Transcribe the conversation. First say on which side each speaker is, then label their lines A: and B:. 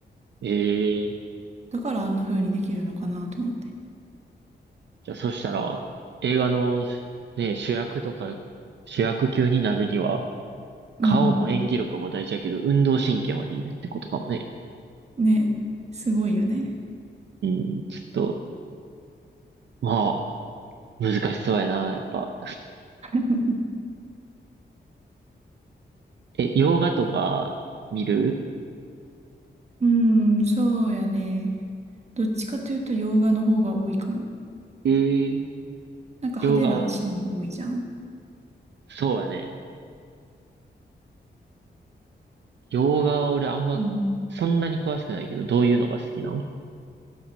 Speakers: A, on the right; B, on the right.
A: ええ
B: だからあんな風にできるのかなと思って。
A: じゃあ、そしたら、映画の、ね、主役とか、主役級になるには、
B: うん。
A: 顔も演技力も大事やけど、運動神経までいるってことかもね。
B: ね、すごいよね。
A: うん、ちょっと、まあ、難しそうやな、やっぱ。
B: <laughs>
A: え、洋画とか見る
B: うん、そうやね。どっちかというと洋画の方が多いかも。
A: えー、
B: なんか派手なシーン多いじゃん。
A: 洋画を、そうやね。洋画俺あんま、
B: うん。
A: そんなに詳しくないけど、どういうのが好きなん